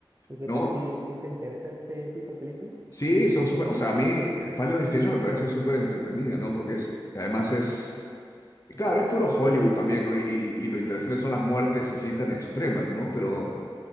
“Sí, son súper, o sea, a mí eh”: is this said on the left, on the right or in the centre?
Left